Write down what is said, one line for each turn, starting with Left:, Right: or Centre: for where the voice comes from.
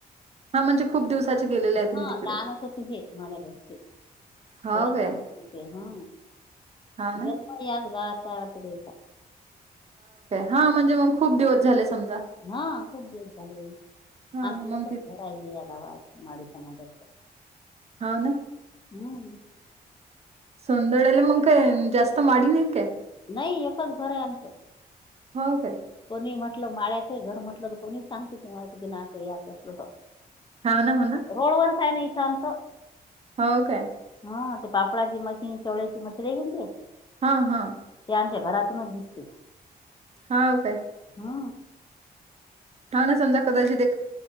Right: हा म्हणजे खूप दिवसाचे गेलेले आहे
Left: हा
Right: तुम्ही तिकडे.
Left: लहान असत हे मला बरते तेव्हा
Right: हाव काय?
Left: चालठीक आहे हा
Right: हाव ना?
Left: जलमस गाताय वाटत तेवसा
Right: हा म्हणजे मग खूप दिवस झाले समजा
Left: हा खूप दिवस झाले
Right: हां,
Left: आणि
Right: मग
Left: तुच
Right: ती
Left: घर आहे या गावात माडी स अ
Right: हा ना
Left: ह
Right: संदळल म काय जास्त मनके
Left: नाही एच घर आहे आमचं
Right: हाव काय?
Left: कोणी म्हटलं माळ्याचं घर म्हटलं तर कोणी सांगते तुम्हातीना असं याच असलं तर
Right: हाव ना, हो
Left: रोड वरच आहे ना इथ आमचं
Right: हो काय?
Left: हा ते पापडाची मशीन शेवलेची मशीन आहे का ना ते
Right: हा हा.
Left: त्यांच्या घरातूनच दिसते
Right: हा काय
Left: हा.
Right: हा ना समजा कदाचित ते